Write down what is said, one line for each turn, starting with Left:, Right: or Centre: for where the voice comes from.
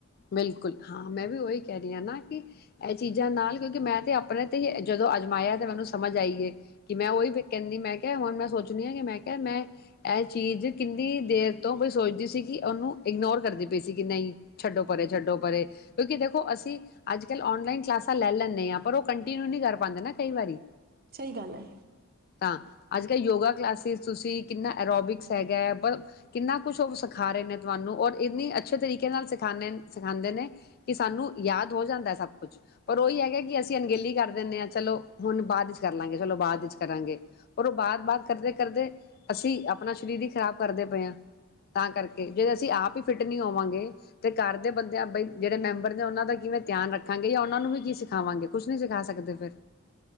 Left: ਬਿਲਕੁਲ ਹਾਂ ਮੈਂ ਵੀ ਉਹੀ ਕਹਿ ਰਹੀ ਹ ਨਾ ਕਿ ਇਹ ਚੀਜ਼ਾਂ ਨਾਲ ਕਿਉਂਕਿ ਮੈਂ ਤੇ ਆਪਣੇ ਤੇ ਹੀ ਜਦੋਂ ਅਜਮਾਇਆ ਤੇ ਮੈਨੂੰ ਸਮਝ ਆਈਏ ਕਿ ਮੈਂ ਉਹੀ ਕਹਿੰਦੀ ਮੈਂ ਕਿਹਾ ਹੁਣ ਮੈਂ ਸੋਚਣੀ ਹਾਂ ਕਿ ਮੈਂ ਕਿਹਾ ਮੈਂ ਇਹ ਚੀਜ਼ ਕਿੰਨੀ ਦੇਰ ਤੋਂਈ ਸੋਚਦੀ ਸੀ ਕਿ ਉਹਨੂੰ ਇਗਨੋਰ ਕਰਦੇ ਪਏ ਸੀ ਕਿ ਨਹੀਂ ਛੱਡੋ ਪਰੇ ਛੱਡੋ ਪਰੇ ਕਿਉਂਕਿ ਦੇਖੋ ਅਸੀਂ ਅੱਜ ਕੱਲ ਔਨਲਾਈਨ ਕਲਾਸਾਂ ਲੈ ਲੈਂਦੇ ਹਾਂ ਪਰ ਉਹ ਕੰਟੀਨਿਊ ਨਹੀਂ ਕਰ ਪਾਉਂਦੇ ਨਾ ਕਈ ਵਾਰੀ
Right: ਸਹੀ ਗੱਲ ਹੈ।
Left: ਤਾਂ ਅੱਜ ਕੱਲ੍ਹ ਯੋਗਾ ਕਲਾਸਿਸ ਤੁਸੀਂ ਕਿੰਨਾ ਐਰੋਬਿਕਸ ਹੈਗਾ ਕਿੰਨਾ ਕੁਛ ਉਹ ਸਿਖਾ ਰਹੇ ਨੇ ਤੁਹਾਨੂੰ ਔਰ ਇੰਨੀ ਅੱਛੇ ਤਰੀਕੇ ਨਾਲ ਸਿਖਦੇ ਸਿਖਾਉਂਦੇ ਨੇ ਕਿ ਸਾਨੂੰ ਯਾਦ ਹੋ ਜਾਂਦਾ ਸਭ ਕੁਛ ਪਰ ਉਹੀ ਹੈਗਾ ਕਿ ਅਸੀਂ ਅਣਗੇਲੀ ਕਰ ਦਿੰਦੇ ਹਾਂ ਚਲੋ ਹੁਣ ਬਾਅਦ ਚ ਕਰ ਲਾਂਗੇ ਚਲੋ ਬਾਅਦ ਵਿੱਚ ਕਰਾਂਗੇ ਪਰ ਉਹ ਬਾਅਦ ਬਾਅਦ ਕਰਦੇ ਕਰਦੇ ਅਸੀਂ ਆਪਣਾ ਸਰੀਰ ਹੀ ਖ਼ਰਾਬ ਕਰਦੇ ਪਏ ਹਾਂ ਤਾਂ ਕਰਕੇ ਜੇ ਅਸੀਂ ਆਪ ਹੀ ਫਿੱਟ ਨਹੀਂ ਹੋਵਾਂਗੇ ਤੇ ਘਰ ਦੇ ਬੰਦਿਆਂ ਬ ਜਿਹੜੇ ਮੈਂਬਰ ਨੇ ਉਹਨਾਂ ਦਾ ਕਿਵੇਂ ਧਿਆਨ ਰੱਖਾਂਗੇ ਜਾਂ ਉਹਨਾਂ ਨੂੰ ਵੀ ਕੀ ਸਿਖਾਵਾਂਗੇ ਕੁਛ ਨੀ ਸਿਖਾ ਸਕਦੇ ਫਿਰ